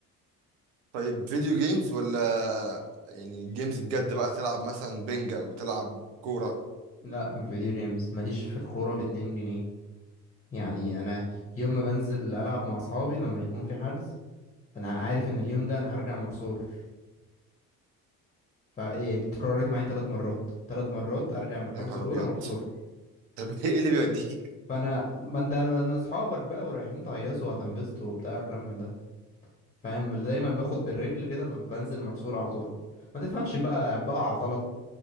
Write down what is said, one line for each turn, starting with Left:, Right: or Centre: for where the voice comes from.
Right: طيب فيديو جيمز ولا يعني جيمز بجد بقى تلعب مثلا بينج أو تلعب كورة
Left: لا فيديو جيمز ماليش في الكورة باتنين جنيه يعني أنا يوم ما بنزل ألعب مع أصحابي لما يكون في حجز أنا عارف إن اليوم ده أنا هرجع مكسور فإيه يعني دي اتكررت معايا تلات مرات تلات مرات أرجع من حجز
Right: يا نهار
Left: كورة
Right: أبيض
Left: مكسور
Right: طب <laughs> إيه اللي بيوديك
Left: فأنا ما أنت أنا- أصحابك بقى ورايحين تهيصوا وهتنبسطوا وبتاع الكلام ده فاهم دايما باخد بالرجل كده ب- بنزل مرسول على طول ما تفهمش بقى بقع غلط